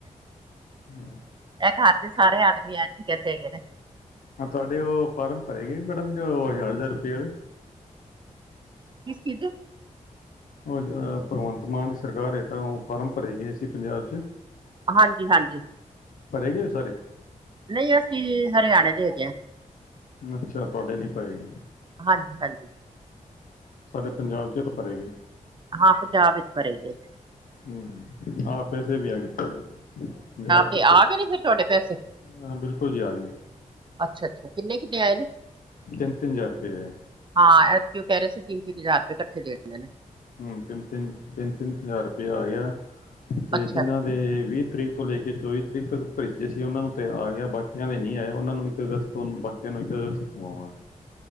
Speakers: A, on the left; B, on the right.
A: ਹਾਂ,
B: ਐ ਘਰ ਦੇ ਸਾਰੇ ਆਦਮੀ ਐਂਜ ਈ ਕਰਦੇ ਹੈਗੇ ਨੇ।
A: ਹਾਂ ਤੁਹਾਡੇ ਉਹ ਫਾਰਮ ਭਰੇ ਗੇ, ਮੈਡਮ ਜੋ ਹਜ਼ਾਰ ਹਜ਼ਾਰ ਰੁਪਏ ਵਾਲੇ।
B: ਕਿਸ ਚੀਜ਼ ਦੇ।
A: ਭਗਵੰਤ ਮਾਨ ਦੀ ਸਰਕਾਰ ਹੇਤ ਓ ਫਾਰਮ ਭਰੇ ਗਏ ਸੀ ਪੰਜਾਬ 'ਚ।
B: ਹਾਂਜੀ-ਹਾਂਜੀ।
A: ਭਰੇ ਗਏ ਓ ਸਾਰੇ।
B: ਨਹੀਂ ਅਸੀਂ ਹਰਿਆਣੇ ਦੇ ਹੈਗੇ ਆ।
A: ਅੱਛਾ ਤੁਹਾਡੇ ਨੀ ਭਰੇਗੇ।
B: ਹਾਂਜੀ- ਹਾਂਜੀ।
A: ਸਾਡੇ ਪੰਜਾਬ 'ਚ ਤਾਂ ਭਰੇ ਗੇ।
B: ਹਾਂ ਪੰਜਾਬ ਵਿੱਚ ਤਾਂ ਭਰੇ ਗਏ ਦੇ।
A: ਹੂੰ ਆਪ ਕੈਸੈ ਬੀ ਆਈਏਂ ਪੰਜਾਬ
B: ਦੇ
A: ਚ।
B: ਆ ਗਏ ਨੇ ਫਿਰ ਤੁਹਾਡੇ ਪੈਸੇ
A: ਹਾਂ ਬਿਲਕੁਲ ਜੀ ਆਗੇ।
B: ਅੱਛਾ- ਅੱਛਾ ਕਿੰਨੇ- ਕਿੰਨੇ ਆਏ ਨੇ।
A: ਤਿੰਨ ਤਿੰਨ ਹਜ਼ਾਰ ਰੁਪਏ ਆਇਆ
B: ਹਾਂ ਐਤਕੀ ਉਹ ਕਹਿ ਰਹੇ ਸੀ ਤਿੰਨ- ਤਿੰਨ ਹਜ਼ਾਰ ਰੁਪਏ ਇਕੱਠੇ ਦੇਣੇ ਨੇ।
A: ਹੂੰ ਤਿੰਨ- ਤਿੰਨ, ਤਿੰਨ -ਤਿੰਨ ਹਜ਼ਾਰ ਰੁਪਇਆ ਆਇਆ ਤੇ
B: ਅੱਛਾ
A: ਜਿਨਾ ਵੀਹ ਤਰੀਕ ਤੋਂ ਲੈ ਕੇ ਚੌਵੀ ਤਰੀਕ ਤੱਕ ਭੇਜੇ ਸੀ, ਉਹਨਾਂ ਨੂੰ ਤੇ ਆ ਗਿਆ ਬਾਕੀਆਂ ਦੇ ਨਹੀਂ ਆਏ ਉਹਨਾਂ ਨੂੰ ਚੋਦਾ ਸਤੰਬਰ ਬਾਕੀਆਂ ਨੂੰ ਮੇਰੇ ਖ਼ਿਆਲ ਆਉਣਾਂ।